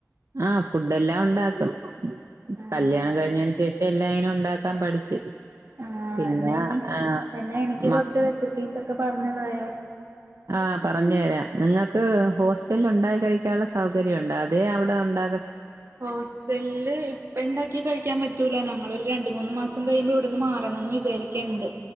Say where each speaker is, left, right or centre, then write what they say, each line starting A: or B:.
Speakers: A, on the right; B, on the right.
A: ആ ഫുഡ് എല്ലാം ഉണ്ടാക്കും
B: ആഹ്
A: കല്യാണം കഴിഞ്ഞേന് ശേഷം എല്ലാം എങ്ങനെ ഉണ്ടാക്കാൻ പഠിച്ച്
B: ആ
A: പിന്നെ
B: എന്ന ഇനി
A: ആഹ്
B: എന്നാ എനിക്ക്
A: മ
B: കുറച്ച് റെസിപ്പീസൊ ഒക്കെ പറഞ്ഞതായോ
A: ആ പറഞ്ഞരാം നിങ്ങക്ക് ഹോസ്റ്റല് ഉണ്ടക്കി കഴിക്കാനുള്ള സൗകര്യണ്ടോ അതെ അവിടെ ഉണ്ട
B: ഹോസ്റ്റല് ഇപ്പ ഇണ്ടാക്കി കഴിക്കാൻ പറ്റൂല ഞങ്ങളൊര് രണ്ട് ണ്ട് മൂന്ന് മാസം കയുമ്പോ ഇവിടുന്ന് മാറണംന്ന് വിചാരിക്ണ്ട്